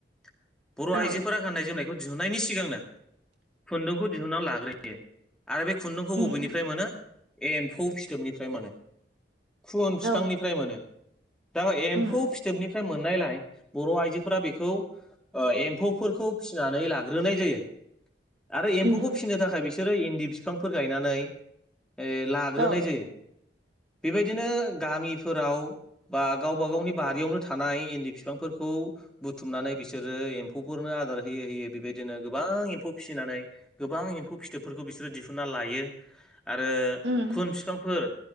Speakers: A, in the centre; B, on the right.
A: <inaudible> बर'
B: औ
A: आइजोफोरा गान्नाय जोमनायखौ दिहुननायनि सिगांनो खुन्दुंखौ दिहुनना लाग्रोयो आरो बे खुन्दुंखौ
B: उम
A: बबेनिफ्राय मोनो एम्फौ फिथोबनिफ्राय मोनो खुन
B: औ
A: फिफांनिफ्राय मोनो । दा एम्फौ
B: उम
A: फिथोबनिफ्राय मोन मोननायलाय बर' आइजोफोरा बेखौ ओ एम्फौफोरखौ फिसिनानै लाग्रोनाय जायो। आरो एम्फौखौ
B: उम
A: फिसिनो थाखाय बिसोरो इन्दि बिफांफोर गायनानै ओ लाग्रोनाय
B: औ
A: जायो बेबायदिनो गामिफोराव बा गावबा गावनि बारियावनो थानाय इन्दि बिफांफोरखौ बुथुमनानै बिसोरो एम्फौफोरनो आदार होयौ होयौ बेबायदिनो गोबां एम्फौ फिसिनानै गोबां एम्फौ फिथोबफोरखौ बिसोरो दिहुनना लायो। आरो
B: उम
A: खुन फिफांफोर